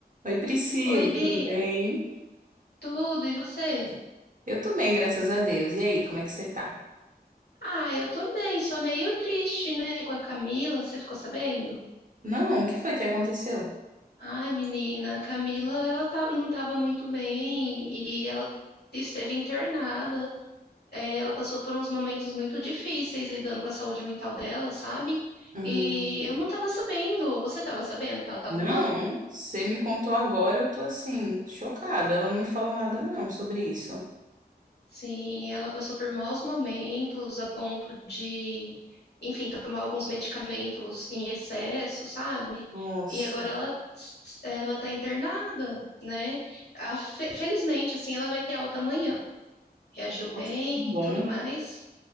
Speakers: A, on the right; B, on the left.
A: Oi, Priscila,
B: Oi, Bia.
A: tudo bem?
B: Tudo, e você?
A: Eu tô bem, graças a Deus. E aí, como é que você tá?
B: Ah, eu tô bem, só meio triste, né, com a Camila, você ficou sabendo?
A: Não, o que foi que aconteceu?
B: Ai, menina, a Camila, ela tá, não tava muito bem e ela esteve internada. É, ela passou por uns momentos muito difíceis lidando com a saúde mental dela, sabe?
A: Hum,
B: E eu não tava sabendo, você tava sabendo que ela tava
A: não,
B: mal?
A: você me contou agora, eu tô assim, chocada. Ela não me falou nada não sobre isso.
B: Sim, ela passou por maus momentos a ponto de, enfim, tomar alguns medicamentos em excesso, sabe?
A: Nossa,
B: E agora ela, ela tá internada, né? A fe- felizmente, assim, ela vai ter alta amanhã. Reagiu bem
A: nossa, que bom.
B: e tudo mais.